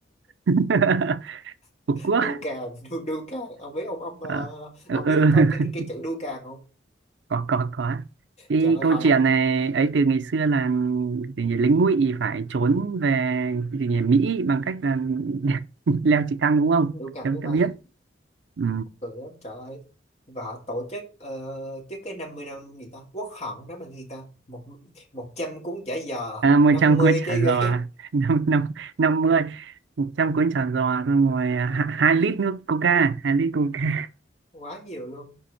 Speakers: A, on the right; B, on the left.
A: <laughs>
B: <laughs>
A: Phục quốc
B: đu cà đu, đu cà ông biết ông ông ờ,
A: Ờ, ừ,
B: ông biết
A: ừ,
B: cái
A: <laughs>
B: câu- cái cái cái chữ đu cà không
A: có có có cái
B: trời ơi
A: câu
B: hồi-
A: chuyện này ấy từ ngày xưa là gì nhỉ, lính ngụy phải trốn về cái gì nhỉ, Mỹ bằng cách là <laughs> leo trực thăng đúng không
B: đu cà
A: em
B: máy bay
A: ta biết ừ.
B: cười lắm trời ơi và họ tổ chức uh, trước cái 50 năm gì ta quốc hận đó mà người ta một một trăm cuốn giải
A: à, một
B: năm
A: trăm
B: mươi
A: cuốn chả
B: cái ghế
A: giò <laughs> năm năm năm mươi một trăm cuốn chả giò xong rồi hạ- hai lít nước coca hai lít coca
B: <laughs> quá nhiều luôn